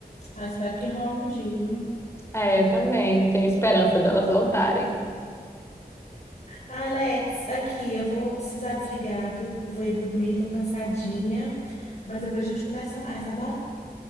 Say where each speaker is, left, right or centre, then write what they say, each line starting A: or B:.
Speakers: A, on the left; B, on the left.
A: Ah, espero que role um dia, viu?
B: É, eu também tenho esperança delas voltarem.
A: Ah, Let's, aqui, eu vou precisar desligar, viu? Porque eu vou ir dormir, tô cansadinha. Mas depois a gente conversa mais, tá bom?